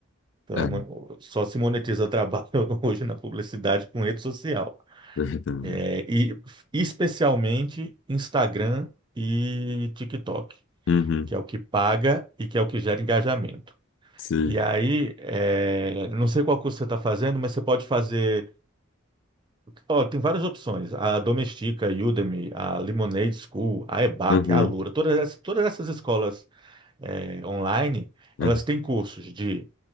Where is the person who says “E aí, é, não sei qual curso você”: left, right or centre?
Right